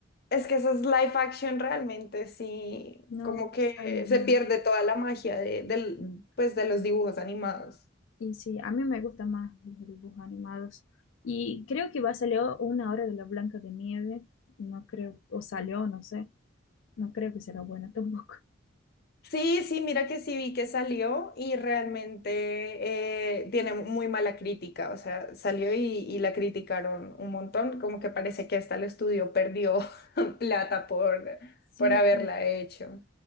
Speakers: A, on the left (about 55°); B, on the left (about 80°).
A: Es que esas live action realmente sí,
B: No
A: como
B: no
A: que
B: sale bien.
A: se pierde toda la magia de, del, pues, de los dibujos animados.
B: Y sí, a mí me gustan más los dibujos animados. Y creo que va a salir una hora de la Blanca de Nieve. No creo, o salió, no sé. No creo que será buena tampoco. <laughs>
A: Sí, sí, mira que sí vi que salió y realmente eh, tiene muy mala crítica, o sea, salió y, y la criticaron un montón, como que parece que hasta el estudio perdió <laughs> plata por,
B: Sí,
A: por haberla hecho,